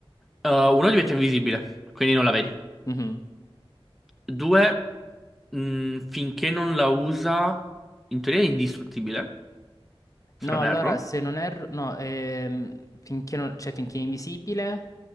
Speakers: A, in the centre; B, on the left.
A: eh, uno diventa invisibile, quindi non la vedi.
B: Mhm.
A: Due, mh, finché non la usa, in teoria è indistruttibile,
B: No,
A: se non
B: allora
A: erro.
B: se non erro. No, ehm, finché, non- cioè, finché è invisibile